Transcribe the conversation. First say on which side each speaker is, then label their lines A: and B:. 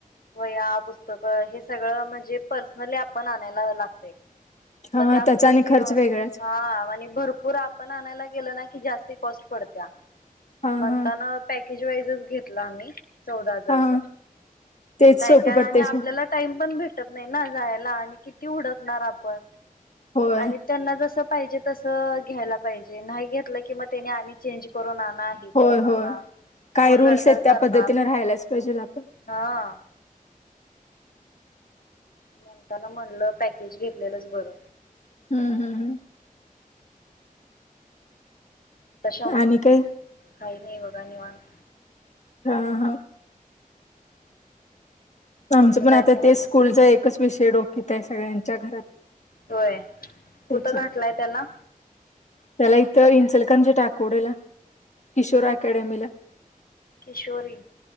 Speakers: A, on the left (about 85°); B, on the left (about 55°).
A: वह्या, पुस्तकं हे सगळं म्हणजे पर्सनली आपण आणायला लागतय.
B: हा
A: मग ते आपलं
B: त्याचा आणि
A: ते
B: खर्च
A: हा.
B: वेगळाच
A: आणि भरपूर आपण आणायला केल ना की जास्ती कॉस्ट पडत्या.
B: हा
A: म्हणता
B: हा
A: ना पॅकेज वाईजच घेतला आम्ही. चौदा हजारच,
B: हा
A: म्हणजे
B: तेच
A: काय
B: सोपं
A: काय
B: पडतेच
A: आणि आपल्याला टाइम पण भेटत नाही ना जाय णिनी किती हूडकणार आपण.
B: होय
A: आणि त्यांना जस पायजे तस घ्यायला पाहिजे नाही घेतलं की मग त्यानी आणि चेंज करून आणा हे
B: होय
A: करून
B: होय
A: आणा
B: काय
A: कोण
B: रूल्स
A: लडतर
B: आहेत त्या
A: करणार
B: पद्धतीने राहायलाच पाहिजेल आपण
A: हा. म्हणताना म्हणलं पॅकेज घेतलेलंच बरं
B: हम्म हम्म हम्म
A: तशम
B: आणि काय
A: काय नाही बघा निवांत
B: हा हा आमच
A: तुमचं
B: पण
A: काय
B: आता
A: चाललंय
B: ते स्कूलच एकच विषय डोक्यात आहे सगळ्यांच्या घरात
A: होय कुठं
B: त्याच्या
A: घातलाय त्याला
B: त्याला इथं इचलकरंजी तकवडे ला किशोर अकॅडमीला
A: किशोरी